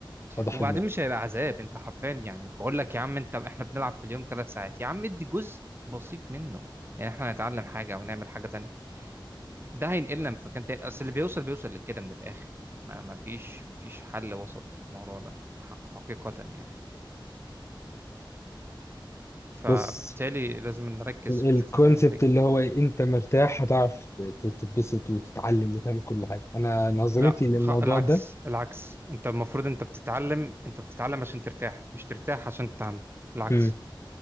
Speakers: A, on the left (about 35°); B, on the right (about 25°).
A: أضحي
B: وبعدين
A: دلوقتي
B: مش هيبقى عذاب انت حرفيا يعني بقول لك يا عم انت احنا بنلعب في اليوم ثلاث ساعات يا عم ادي جزء بسيط منه يعني احنا نتعلم حاجه او نعمل حاجه تانية ده هينقلنا من مكان تاني اصل اللي بيوصل بيوصل لكده من الاخر ما ما فيش ما فيش حل وسط في الموضوع ده حق حقيقه يعني فبالتالي
A: بص
B: لازم نركز ونشوف
A: الكونسبت
B: احنا محتاجين
A: اللي
B: ايه.
A: هو إيه، انت مرتاح هتعرف ت- تتبسط وتتعلم وتعمل كل حاجة انا نظرتي
B: لا
A: للموضوع
B: خ... العكس
A: ده
B: العكس انت المفروض انت بتتعلم انت بتتعلم عشان ترتاح مش ترتاح عشان تتعلم العكس
A: مم.